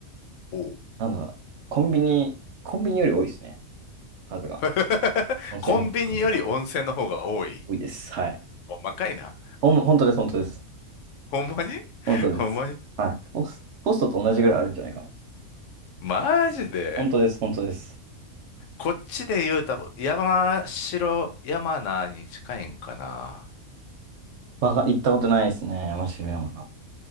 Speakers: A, on the left; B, on the right.
A: う。ほう
B: なんだ、コンビニ、コンビニより多いですね、数が。
A: <laughs>
B: 当選数が
A: コンビニより温泉の方が多い。
B: 多いです。はい。
A: 細かいな。
B: ほん、本当です、本当です。
A: ほんまに
B: 本当です。
A: ほんまに
B: はい。ホス、ホストと同じぐらいあるんじゃないかな。
A: マジで
B: 本当です、本当です。
A: こっちで言うたら山城山名に近いんかな。
B: わが、行ったことないですね。真白山な。